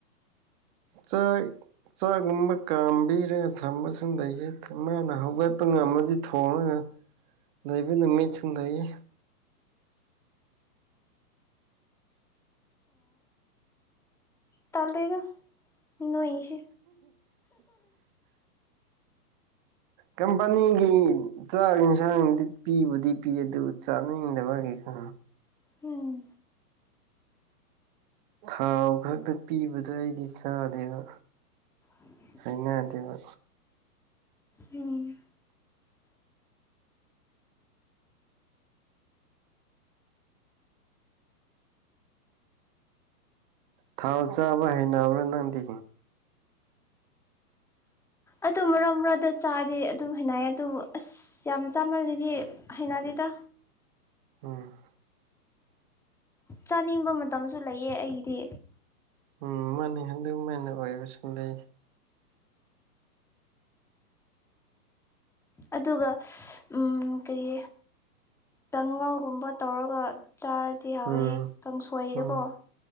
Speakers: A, on the right; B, in the centre.
A: ꯆ ꯆꯥꯛꯒꯨꯝꯕ ꯀꯥꯝꯕꯤꯔꯒ ꯊꯝꯕꯁꯨ ꯂꯩꯌꯦ ꯃꯥꯅ ꯍꯧꯒꯠꯄ ꯉꯝꯃꯗꯤ ꯊꯣꯡꯉꯒ ꯂꯩꯕ ꯅꯨ ꯃꯤꯠ ꯆꯤꯡ ꯂꯩꯌꯦ
B: ꯇꯥꯂꯦꯗ ꯅꯣꯏꯁꯨ
A: ꯀꯝꯄꯅꯤꯒꯤ ꯆꯥꯛ ꯌꯦꯟꯁꯥꯡꯗꯤ ꯄꯤꯕꯨꯗꯤ ꯄꯤ ꯑꯗꯨ ꯆꯥꯅꯤꯡꯗꯕꯒꯤꯩꯀꯣ
B: ꯎꯝ
A: ꯊꯥꯎ ꯈꯛꯇ ꯄꯤꯕꯗꯣ ꯑꯩꯗꯤ ꯆꯥꯗꯦꯕ
B: ꯎ
A: ꯑꯩꯅ ꯑꯗꯨꯒ
B: ꯎꯝ
A: ꯊꯥꯎ ꯆꯥꯕ ꯍꯩꯅꯕ꯭ꯔꯥ ꯅꯪꯗꯤ
B: ꯑꯗꯨ ꯃꯔꯛ ꯃꯔꯛꯗ ꯆꯥꯗꯤ ꯑꯗꯨꯝ ꯍꯥꯏꯅꯏ ꯑꯗꯨꯕꯨ ꯑꯁ ꯑꯁ ꯌꯥꯝ ꯆꯥꯃꯜꯂꯤꯗꯤ ꯍꯩꯅꯗꯤꯗ
A: ꯎꯝ
B: ꯆꯥꯅꯤꯡꯕ ꯃꯇꯝꯁꯨ ꯂꯩꯌꯦ ꯑꯩꯗꯤ
A: ꯎꯝ ꯃꯥꯅ ꯍꯟꯗꯨ ꯃꯥꯅ ꯑꯣꯏꯕꯁꯨ ꯂꯩ
B: ꯑꯗꯨꯒ ꯎ ꯀꯩ ꯇꯉꯜꯒꯨꯝꯕ ꯇꯧꯔꯒ ꯆꯥꯔꯗꯤ ꯍꯥꯎꯋꯤ
A: ꯎꯝ
B: ꯀꯥꯡꯁꯣꯏꯗꯀꯣ
A: ꯎꯝ